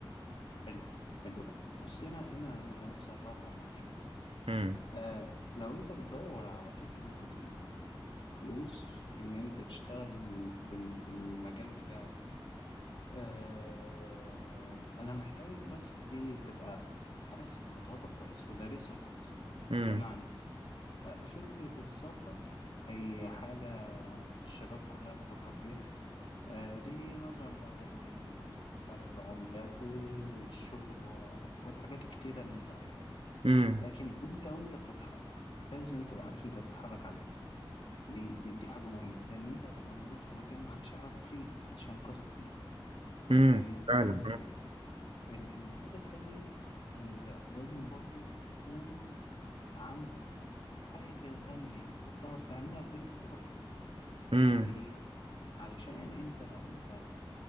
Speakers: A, on the left; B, on the right.
A: حلو حلو أوي بس هنا هنا أنا بس هتوقف معاك شوية
B: امم
A: آه لو أنت بتدور على فكرة ال- الفلوس وإن أنت تشتغل بال- بالمجال بتاعك آه أنا محتاجك بس دي تبقى حاسب خطواتك كويس ودارسها كويس
B: امم
A: بمعنى فكرة السفر هي حاجة الشباب كلها بتفكر فيها آه، ليه نظرا بقى إن ال- فرق العملات والشغل و- والحاجات الكتيرة اللي أنت عارفها دي
B: امم
A: لكن أنت وأنت بتتحرك لازم تبقى عارف أنت بتتحرك على إيه دي, دي دي حاجة مهمة لأن أنت هتبقى موجود في مكان محدش يعرفك فيه محدش هينقذك فيه
B: امم
A: فاهمني
B: فعلا
A: ده مهم جدا ال- الحاجة التانية أنت لازم برضو تكون عندك حاجة تانية انت بتعرف تعملها بجانب شغلك
B: امم
A: ليه؟ علشان انت لو انت